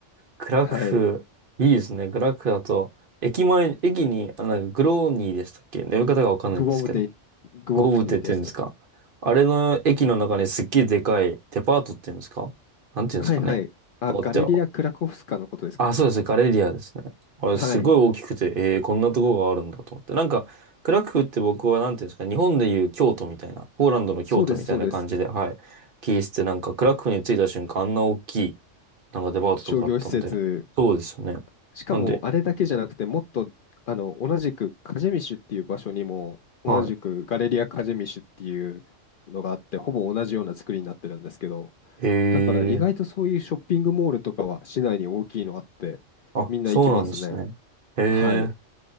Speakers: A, on the right (about 50°); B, on the left (about 60°).
A: グラクフ、
B: はい。
A: いいですね。グラクフだと、駅前、駅に、あ、なんかグローニーでしたっけ呼び方がわかんないんですけど。
B: グウォブデグウォフニーですね。
A: ゴブテって言うんですか。あれの駅の中にすっげえでかいデパートっていうんですかなんていうんですかね。
B: はいはい。あ、
A: 変わって
B: ガレリア・クラコフスカのことですかね。
A: あ、そうです。ガレリアですね。あれ、
B: はい。
A: すごい大きくて、えー、こんなとこがあるんだと思って。なんか、クラクフって僕は、なんていうんですか、日本でいう京都みたいな、ポーランドの京都みたいな感じで、
B: そうです、そうです。
A: はい。聞いてて、なんか、クラクフに着いた瞬間、あんな大きい、なんかデパートとかあったんで、
B: 商業施設。
A: そうですよね。
B: しかも、
A: なんで、
B: あれだけじゃなくて、もっと、あの、同じく、カジェミシュっていう場所にも、同じくガレリア・
A: は
B: カジェミシュっていうのがあって、ほぼ同じような作りになってるんですけど、
A: い。へ
B: だから意外とそういうショッピングモールとかは市内に大きいのあって、
A: え、あ、
B: みんな行きますね。
A: そうなんですね。へえ、
B: はい。